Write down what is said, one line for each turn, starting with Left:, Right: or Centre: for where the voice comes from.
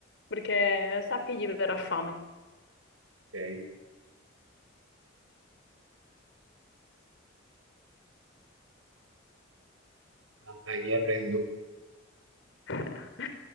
Left: perché sa che gli verrà fame.
Right: Ok, No, dai, mi arrendo.
Left: <laughs>